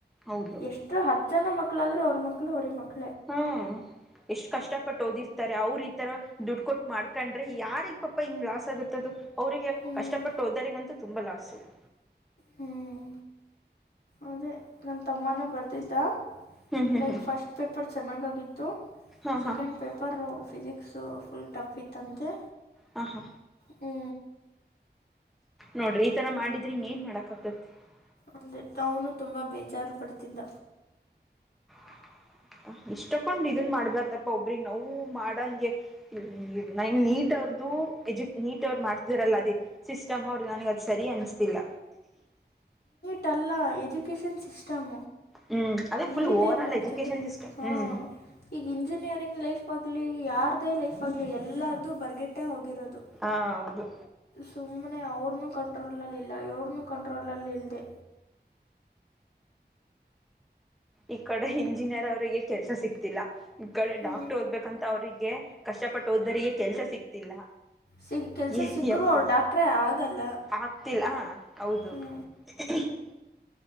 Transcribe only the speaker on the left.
ಎಷ್ಟು ಹತ್ತು ಜನ ಮಕ್ಳಾದ್ರರು ಅವ್ರ ಮಕ್ಳು ಅವರೇ ಮಕ್ಳು
ಹ್ಮ್.
ಹ್ಮ್. ಅದೇ ನನ್ನ ತಮ್ಮನೂ ಬರ್ದಿದ್ದ
ಲೈಕ್
ಫಸ್ಟ್ ಪೇಪರ್ ಚೆನ್ನಾಗಾಗಿತ್ತು
second
paper physics full tough ಇತ್ತಂತೆ
ಹ್ಞೂ
ಅಂದೆ ತನು ತುಂಬಾ ಬೇಜಾರು ಪಡ್ತಿದ್ದ
ಟ್ಲ್ಲ ಎಜುಕೇಷನ್ ಸಿಸ್ಟಮ
<unintelligible>
ನೀಟ್
ಏನ್
ಮಾಡ್ತಿದೆ
ಹಾ
ಈಗ ಇಂಜಿನಿಯರಿಂಗ್ ಲೈಫ್ ಆಲಿ ಯಾರದೇ ಲೈಫ್ ಆಗ್ಲಿ ಎಲ್ಲ ಎಲ್ಲಾರದುು ಬರ್ಗಟ್ಟೆ ಹೋಗಿರೋದು
ಸುಮ್ಮ್ನೆ ಅವ್ರನು ಕಂಟ್ರೋಲ್ಲ್ಲಿಲ್ಲ ಎವ್ರನುೂ ಕಂಟ್ರೋಲಲ್ಲಿ ಇಲ್ಲದೆ
ಹ್ಞೂ
ಸಿಗ್ತಿಲ್ಲ ಸಿಗ್ ಕೆಲಸ
ಸಿಕ್ಕರೂ ಅವ್ರು ಡಾಕ್ಟ್ರೇ ಆಗಲ್ಲ
ಹ್ಞೂ